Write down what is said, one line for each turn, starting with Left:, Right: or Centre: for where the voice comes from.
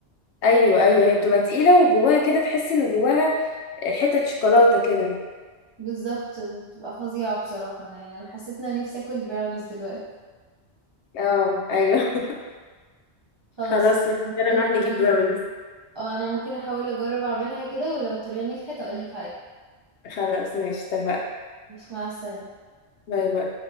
Left: أيوة أيوة هي بتبقى تقيلة وجواها كده تحس إن جواها حتت شوكولاتة كده
Right: بالظبط بتبقى فظيعة بصراحة انا يعني انا حسيت ان انا نفسي اكل براونيز دلوقتي
Left: اه ايوه <laughs>
Right: خلاص
Left: خلاص
Right: أنا
Left: ماشي
Right: ممكن
Left: يلا نروح
Right: احاول
Left: نجيب براونيز
Right: اه انا ممكن احاول اجرب اعملها كده ولو الطريقة نجحت اقولك عليها
Left: خلاص ماشي اتفقنا
Right: مع السلامة
Left: باي باي